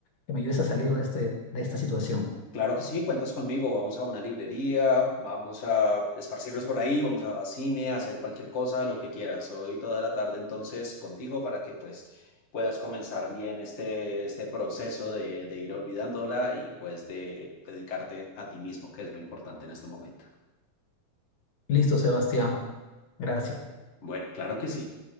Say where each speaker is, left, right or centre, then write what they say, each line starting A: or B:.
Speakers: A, on the left; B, on the left.
A: que me ayudes a salir de este, de esta situación.
B: Claro que sí, cuentas conmigo. Vamos a una librería, vamos a esparcirnos por ahí, vamos a cine, a hacer cualquier cosa, lo que quieras. Hoy toda la tarde entonces contigo para que pues puedas comenzar bien este, este proceso de, de ir olvidándola y pues de dedicarte a ti mismo, que es lo importante en este momento.
A: Listo, Sebastián. Gracias.
B: Bueno, claro que sí.